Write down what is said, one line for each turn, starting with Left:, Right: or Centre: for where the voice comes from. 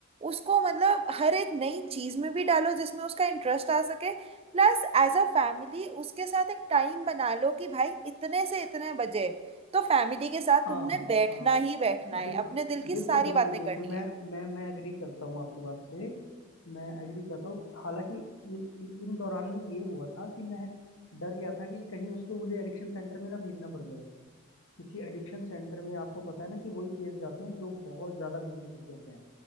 Right: उसको मतलब हर एक नई चीज में भी डालो जिसमें उसका इंटरेस्ट आ सके प्लस एज अ फैमिली उसके साथ एक टाइम बना लो कि भाई इतने से इतने बजे तो फैमिली के साथ
Left: हाँ
Right: तुमने बैठना
Left: हाँ
Right: ही बैठना है
Left: बिल्कुल
Right: अपने दिल की
Left: बिल्कुल
Right: सारी
Left: बिल्कुल
Right: बातें
Left: बिल्कुल
Right: करनी
Left: मैं
Right: है
Left: मैं मैं एग्री करता हूँ आपकी बात से मैं एग्री करता हूँ हालांकि इ- इ- इन दौरान में ये हुआ था कि मैं डर गया था कि कहीं उसको मुझे एडिक्शन सेंटर में ना भेजना पड़ जाए क्योंकि एडिक्शन सेंटर में आपको पता है ना कि वही केस जाते हैं जो बहुत ज़्यादा बिगड़ चुके होते हैं